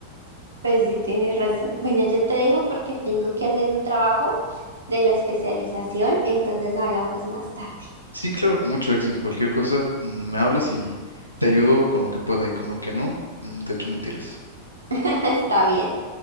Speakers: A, on the right; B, on the left.
A: Pues sí, tienes razón. Bueno, yo te dejo porque tengo que hacer un trabajo de la especialización, entonces hablamos más tarde.
B: Sí, claro, mucho éxito. Cualquier cosa, mm, me hablas y te ayudo con lo que pueda y con lo que no, mm, te echo mentiras.
A: <laughs> Está bien.